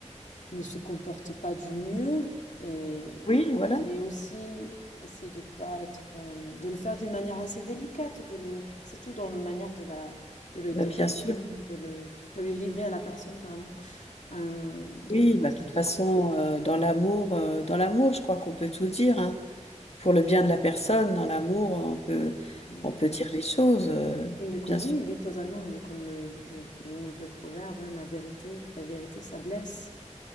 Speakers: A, on the left (about 80°); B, on the left (about 55°).
A: ne se comporte pas du mieux et
B: Oui, voilà.
A: mais aussi essayer de pas être euh, de le faire d'une manière assez délicate de le c'est tout dans la manière de la de le
B: Mais
A: délivrer
B: bien sûr.
A: hein, de le de le livrer à la personne pardon Euh,
B: Oui,
A: je pense
B: bah, de
A: que
B: toute
A: c'est
B: façon, euh, dans l'amour, euh, dans l'amour, je crois qu'on peut tout dire, hein. Pour le bien de la personne, dans l'amour, on peut,
A: hmm,
B: on peut dire les choses, euh,
A: Oui, mais comme,
B: bien sûr.
A: oui, oui, totalement, mais comme le, le le bon vieux proverbe, hein, la vérité, la vérité, ça blesse.